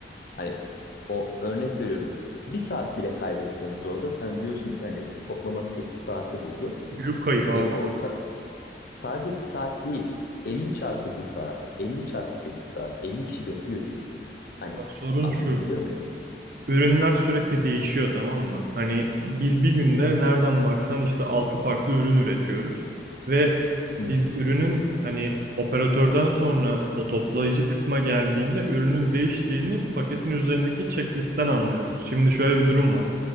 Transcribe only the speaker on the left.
Hani o örnek veriyorum. Bir saat bile kaybetseniz orada sen diyorsun ki hani toplamak 8 saati buldu.
E, o sa- sadece bir saat değil. elli çarpı bir saat. elli çarpı 8 saat. elli kişi bekliyor çünkü. Hani
anlatabiliyor
muyum?
Hı
hı.